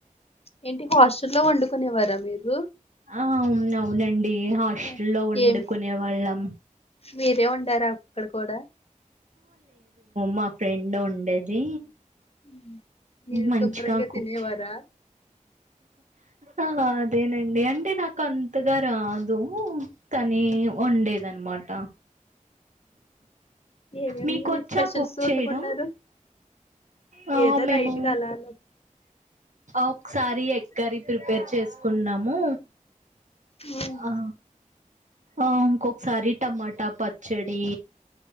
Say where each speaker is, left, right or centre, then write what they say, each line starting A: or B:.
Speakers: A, on the left (about 45°); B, on the right (about 60°).
A: ఏంటి హాస్టల్లో వండుకునేవారా మీరు
B: ఆ అవును అవునండి హాస్టల్లో
A: ఆ,
B: వండుకునే
A: ఏం
B: వాళ్ళం
A: మీరే వండారా అక్కడ కూడా
B: మా ఫ్రెండ్ ఉండేది
A: ఉమ్, మీరు
B: మంచిగా
A: శుభ్రంగా
B: కుక్
A: తినేవారా
B: చే ఆ అదేనండి అంటే నాకు అంతగా రాదు తనే
A: ఉమ్,
B: వండేదనమాట
A: ఏమేమి
B: మీకొచ్చా
A: స్పెషల్స్
B: కుక్
A: వండుకున్నారు
B: చేయడం ఆ
A: ఏదో
B: మేము
A: లైట్ గా అలా అల
B: ఒకసారి ఎగ్ కర్రి ప్రిపేర్ చేసుకున్నాము
A: ఉమ్,
B: ఆ ఆ ఇంకొకసారి టమాటా పచ్చడి